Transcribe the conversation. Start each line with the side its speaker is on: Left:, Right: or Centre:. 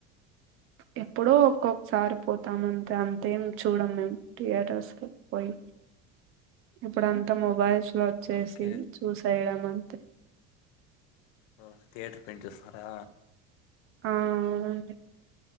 Right: ఎప్పుడో ఒక్కొక్కసారి పోతాము అంతే అంతేం చూడం మేము థియేటర్స్ లో పోయి ఇప్పుడు అంతా మొబైల్స్ లో వచ్చేసి
Left: ఓకే
Right: చూసేయడం అంతే
Left: ఓ థియేటర్ ప్రింట్ చూస్తరా
Right: హా ఆవునండి